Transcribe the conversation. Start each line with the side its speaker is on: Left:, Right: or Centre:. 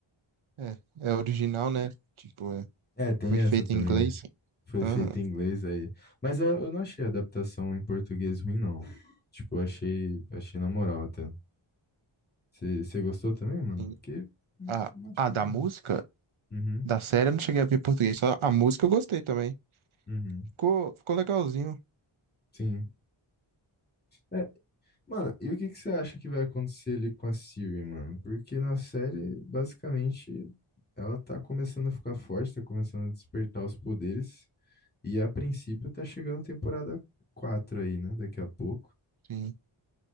Right: É, é original, né? Tipo, é,
Left: É, tem
Right: foi
Left: essa
Right: feita
Left: também.
Right: em inglês.
Left: Foi
Right: Aham.
Left: feito em inglês aí. Mas eh, eu não achei a adaptação em português ruim, não. Tipo, eu achei, achei na moral até. Você gostou também, mano?
Right: sim.
Left: Porque hum,
Right: Ah,
Left: não achei.
Right: ah, da
Left: não.
Right: música?
Left: Uhum,
Right: Da série eu não cheguei a ver em português, só a música eu gostei também.
Left: uhum.
Right: Ficou, ficou legalzinho.
Left: Sim. É, mano, e o que que você acha que vai acontecer ali com a Siri, mano? Porque na série, basicamente, ela tá começando a ficar forte, tá começando a despertar os poderes. E a princípio tá chegando temporada 4 aí, né? Daqui a pouco.
Right: Sim,